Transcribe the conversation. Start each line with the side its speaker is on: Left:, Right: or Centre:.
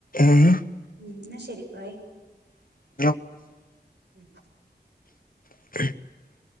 Left: ഏഹ്
Right: ഉ എന്ന ശരി ബായ-
Left: <unintelligible>
Right: ഉം
Left: <unintelligible>